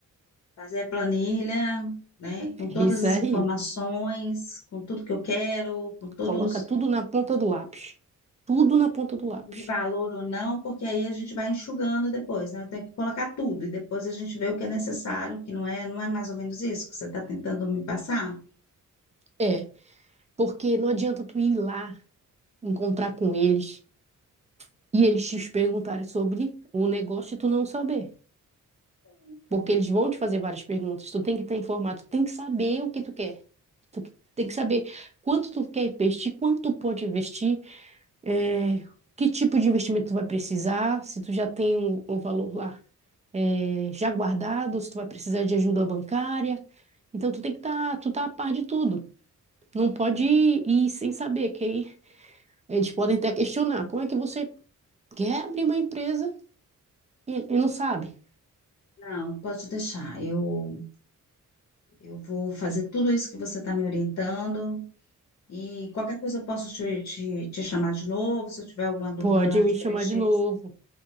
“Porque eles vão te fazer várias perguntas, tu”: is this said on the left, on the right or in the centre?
Right